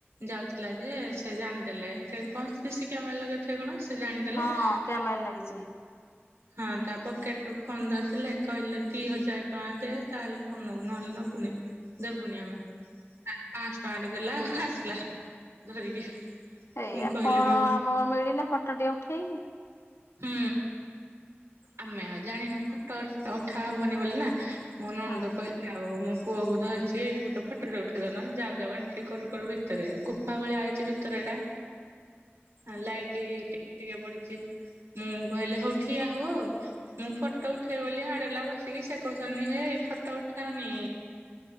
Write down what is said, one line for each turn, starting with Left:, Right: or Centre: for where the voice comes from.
Right: ଯାଉଥିଲା ଯେ ସେ ଜାଣିଦେଲେ <unintelligible> କଣ ସି ସି କ୍ୟାମେରା ଲଗେଇଥିବେ କଣ ସେ ଜାଣିଦେଲେ।
Left: ହଁ କ୍ୟାମେରା
Right: ତା
Left: ଲାଗିଚି।
Right: ହଁ ତା ପକେଟ ରୁ ଫୋନ ଧରିଦେଲେ କହିଲେ ଦି ହଜାର୍ ଟଙ୍କା ଦେ ତାହେଲେ ଫୋନ ନବୁ ନହେଲେ ନା ପୁନି ଦେବୁନି ଆମେ ଆ ପାଁସ୍ ଟଙ୍କାଟେ ଦେଲା ଆସିଲା ଧରିକି।
Left: ଏଇଆ
Right: ମୁଁ କହିଲି
Left: କଣ
Right: ମା
Left: ଆମ ମିଳିଲା ଫଟୋ ଟିଏ ଉଠେଇକି?
Right: ହୁଁ ଆମେ ଆଉ ଜାଣିନୁ ଫଟୋ ଉଠା ହବନି ବୋଲି ନା ମୋ ନଣନ୍ଦ
Left: ହଁ
Right: କହିଚି ଆଉ ମୁଁ ପୁଅ କୁ ଧରିଛି ଏଇଠି ଗୋଟେ ଫଟ ଉଠେଇଦଉନ ଯାଉ ଯାଉ ଏଣ୍ଟ୍ରି କରୁ କରୁ ଭିତରେ ଗୁଫା ଭଳିଆ ହେଇଛି ଭିତରେ ଟା ହଁ ଲାଇଟି ଟିପ୍ ଟିକେ ପଡିଚି ମୁଁ କହିଲି ହଉଠିଆ ହୁଅ ମୁଁ ଫଟୋ ଉଠେଇବି ବୋଲି ହାଡେଲା ବସ୍ ଟିକି ସେ କହୁଛନ୍ତି ଯେ ଫଟୋ ଉଠାଅନି।